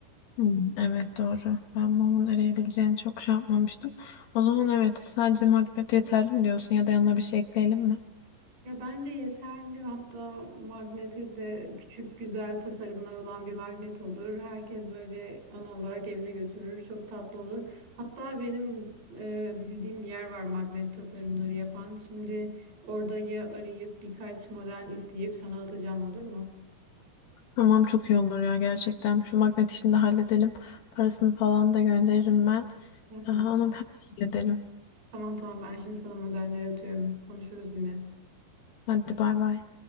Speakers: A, on the left (about 70°); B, on the right (about 75°).
A: Hmm, evet doğru. Ben mumun eriyebileceğini çok şey yapmamıştım. O zaman evet sadece magnet yeterli mi diyorsun ya da yanına bir şey ekleyelim mi?
B: Ya bence yeterli hatta magnete de küçük güzel tasarımlar olan bir magnet olur. Herkes böyle ana olarak evine götürür. Çok tatlı olur. Hatta benim e, bildiğim bir yer var magnet tasarımları yapan. Şimdi orayı arayıp birkaç model isteyip sana atacağım olur mu?
A: Tamam çok iyi olur ya gerçekten. Şu magnet işini de halledelim. Parasını falan da gönderirim ben.
B: Hı hı.
A: Aa, onu hemen halledelim.
B: Tamam tamam ben şimdi sana modelleri atıyorum. Konuşuruz yine.
A: Hadi bay bay.